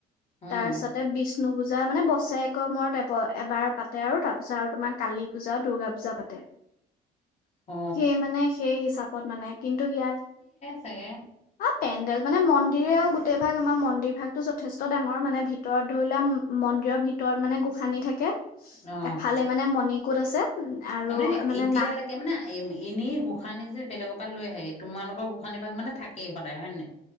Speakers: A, on the left; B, on the left.
A: উম
B: তাৰ পিছতে বি বিষ্ণু পূজা মানে বছেৰেকৰ মূৰত এব - এবাৰ পাতে আৰু তাৰ পিছত আৰু তোমাৰ কালী পূজা, দুূৰ্গা পূজা পাতে।
A: অ
B: সেই মানে সেই হিচাপত মানে কিন্তু ইয়াত
A: ছাগে?
B: পেণ্ডেল মানে মন্দিৰে আৰু গোটেই ভাগ আমাৰ মন্দিৰ ভাগতটো যথেষ্ট ডাঙৰ মানে, ভিতৰত ধৰি লোৱা মন্দিৰৰ ভিতৰত মানে গোসানী থাকে।
A: অ'
B: এফালে মানে মণিকোট আছে উম, আৰু
A: মানে এতিয়ালৈকে
B: নাহ
A: মানে এ -এনেই গোঁসানি যে বেলেগৰ তাত লৈ আহে তোমালোকৰ গোঁসানী ভাগ মানে থাকেই সদায়। হয় নে নাই?